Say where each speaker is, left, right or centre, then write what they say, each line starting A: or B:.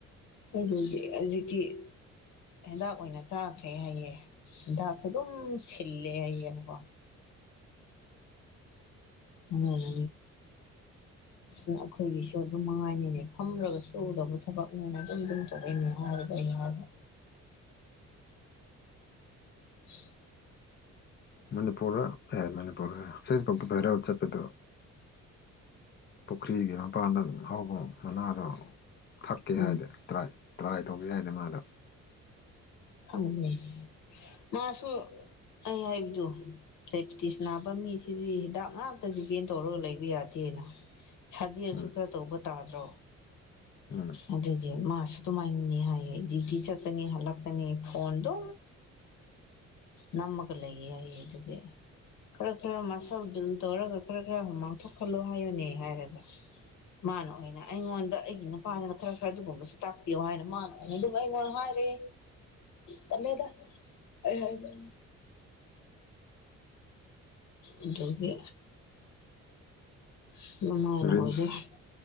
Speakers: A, on the left; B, on the left.
A: ꯑꯗꯨꯒꯤ ꯍꯧꯖꯤꯛꯀꯤ ꯍꯦꯟꯗꯥꯛ ꯑꯣꯏꯅ ꯆꯥꯈ꯭ꯔꯦ ꯍꯑꯦ ꯍꯦꯟꯗꯥꯛꯁꯨ ꯑꯗꯨꯝ ꯁꯤꯜꯂꯦ ꯍꯌꯦꯡꯕꯀꯣ ꯑꯅꯤ ꯑꯩꯈꯣꯏꯒꯤꯁꯨ ꯑꯗꯨꯝ ꯃꯉꯥꯏꯅꯤꯅꯦ ꯐꯝꯂꯒ ꯁꯨꯗꯕ ꯊꯕꯛꯅꯦꯅ ꯑꯗꯨꯝ ꯑꯗꯨꯝ ꯊꯣꯛꯂꯏꯅꯦ ꯍꯥꯏꯔꯒ ꯑꯩ ꯍꯥꯏꯕ <inaudible>
B: ꯃꯅꯤꯄꯨꯔ ꯍꯦ ꯃꯅꯤꯄꯨꯔ ꯐꯦꯁꯕꯨꯛꯇ ꯔꯦ ꯋꯥꯠꯆꯑꯗꯣ ꯄꯨꯈ꯭ꯔꯤꯒꯤ ꯃꯄꯥꯟꯗ ꯑꯗꯨꯝ ꯍꯧꯕ ꯃꯅꯥꯗꯣ ꯊꯛꯀꯦ
A: ꯎꯝ
B: ꯍꯥꯏꯗꯤ ꯇ꯭ꯔꯥꯏ ꯇ꯭ꯔꯥꯏ ꯇꯧꯒꯦ ꯍꯥꯏꯗꯅ ꯃꯥꯗ
A: ꯈꯪꯅꯤ ꯃꯥꯁꯨ ꯑꯩ ꯍꯥꯏꯕꯗꯨ ꯗꯥꯏꯕꯦꯇꯤꯁ ꯅꯥꯕ ꯃꯤꯁꯤꯗꯤ ꯍꯤꯗꯥꯛ ꯉꯥꯛꯇ ꯗꯤꯄꯦꯟ ꯇꯧꯔꯒ ꯂꯩꯕ ꯌꯥꯗꯦꯅ ꯁꯥꯖꯦꯜꯁꯨ
B: ꯎꯝ
A: ꯈꯔ ꯇꯧꯕ ꯇꯥꯗ꯭ꯔꯣ
B: ꯎꯝ
A: ꯑꯗꯨꯒꯤ ꯃꯥꯁꯨ ꯑꯗꯨꯃꯥꯏꯅꯅꯤ ꯍꯥꯏꯌꯦ ꯗ꯭ꯌꯨꯇꯤ ꯆꯠꯀꯅꯤ ꯍꯜꯂꯛ ꯀꯅꯤ ꯐꯣꯟꯗꯨ ꯅꯝꯃꯒ ꯂꯩꯌꯦ ꯑꯩ ꯑꯗꯨꯗꯤ ꯈꯔ ꯈꯔ ꯃꯁꯜ ꯕꯤꯜ ꯇꯧꯔꯒ ꯈꯔ ꯈꯔ ꯃꯥꯡꯊꯣꯛꯍꯜꯂꯣ ꯍꯥꯏꯌꯨꯅꯦ ꯍꯥꯏꯔꯒ ꯃꯥꯅ ꯑꯣꯏꯅ ꯑꯩꯉꯣꯟꯗ ꯑꯩꯒꯤ ꯅꯨꯄꯥꯗꯅ ꯈꯔ ꯈꯔ ꯑꯗꯨꯒꯨꯝꯕꯁꯨ ꯇꯥꯛꯄꯤꯌꯣ ꯍꯥꯏꯅ ꯃꯥꯅ ꯑ ꯑꯗꯨꯃꯥꯏ ꯋꯥ ꯍꯥꯏꯔꯦ ꯇꯂꯗ ꯑꯩ ꯍꯥꯏꯕ ꯑꯗꯨꯗꯒꯤ <unintelligible>
B: ꯔꯤꯝꯁ